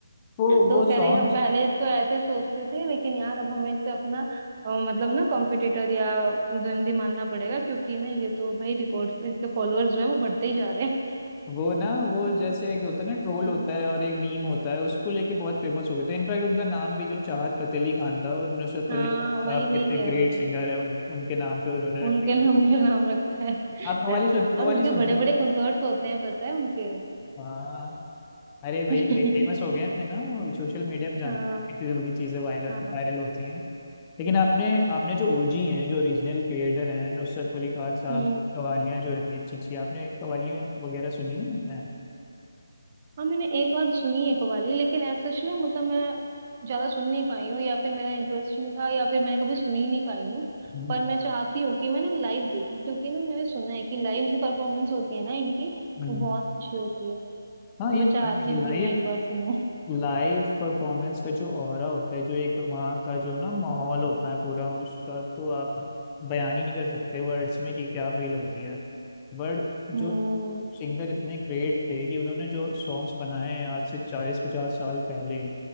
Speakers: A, on the left; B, on the right.
A: वो
B: तो
A: वो
B: कह
A: सॉन्ग
B: रहे हम पहले तो ऐसे सोचते थे लेकिन यार अब हमें इससे अपना अ, मतलब ना कॉम्पिटिटर या द्वंदी मानना पड़ेगा क्योंकि ना ये तो भाई रिकॉर्ड इसके फॉलोअर्स जो है वो बढ़ते ही जा रहे हैं
A: वो ना वो जैसे एक होता है ना ट्रोल
B: हम्म,
A: होता है और एक मीम होता है उसको लेके बहुत फेमस हो गए थे इनफैक्ट उनका नाम भी जो चाहत फतेह अली खान था और नुसरत फतेह
B: हाँ
A: अली खान साहब
B: वही वही
A: कितने
B: कह
A: ग्रेट
B: रही हूँ
A: सिंगर है उन, उनके नाम पे उन्होंने
B: उनके
A: रख दिया
B: नाम
A: था।
B: के नाम रखा है
A: आप कव्वाली
B: अरे
A: सुन कव्वाली
B: और उसके
A: सुनते
B: बड़े
A: हो
B: बड़े कंसर्ट्स होते हैं पता है उनके
A: हाँ अरे वही
B: <laughs>
A: वही फेमस हो गए हैं इतने ना सोशल मीडिया में जानते
B: हाँ
A: हैं इतनी जल्दी चीजें वायरल
B: हाँ
A: वायरल होती हैं लेकिन आपने आपने जो ओजी हैं जो रीजनल क्रिएटर हैं नुसरत फतेह अली खान साहब
B: हम्म
A: कवालियाँ जो इतनी अच्छी अच्छी आपने कवालियाँ वगैरह सुनी है आपने
B: हाँ मैंने एक आध सुनी है कवाली लेकिन ऐसा सच ना मतलब मैं ज्यादा सुन नहीं पाई हूँ या फिर मेरा इंटरेस्ट नहीं था या फिर मैंने कभी सुनी ही नहीं पाई हूँ
A: हम्म
B: पर मैं चाहती हूँ कि मैं ना लाइव देखूँ क्योंकि ना मैंने सुना है कि लाइव जो परफॉर्मेंस होती है ना इनकी
A: हम्म।
B: वो बहुत अच्छी होती है तो
A: हाँ ये
B: मैं
A: तो
B: चाहती
A: है
B: हूँ
A: लाइफ
B: कि मैं एक बार सुनूं
A: लाइव परफॉर्मेंस का जो ऑरा होता है जो एक वहाँ का जो ना माहौल होता है पूरा उसका तो आप बयान ही नहीं कर सकते वर्ड्स में कि क्या फील होती है बट जो
B: हम्म
A: सिंगर इतने ग्रेट थे कि उन्होंने जो सॉन्ग्स बनाए हैं आज से चालीस पचास साल पहले